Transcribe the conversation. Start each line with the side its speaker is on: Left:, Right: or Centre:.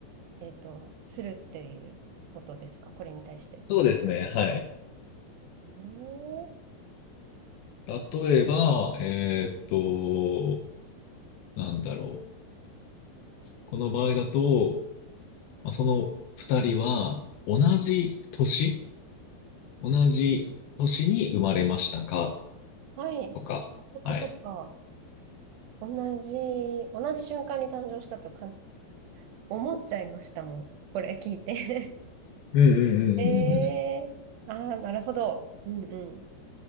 Right: えっと、するっていうことですか、これに対して。
Left: そうですね。はい。
Right: えー
Left: 例えば、えーっと、なんだろう。この場合だと、まあ、その二人は同じ年同じ年に生まれましたか
Right: はい。
Left: とか。
Right: そっかそっか。
Left: はい。
Right: 同じ、同じ瞬間に誕生したとかん思っちゃいましたもん。これ聞いて
Left: うんうんうんうんうんうん。
Right: <laughs> えー、<laughs> ああ、なるほど。うんうん。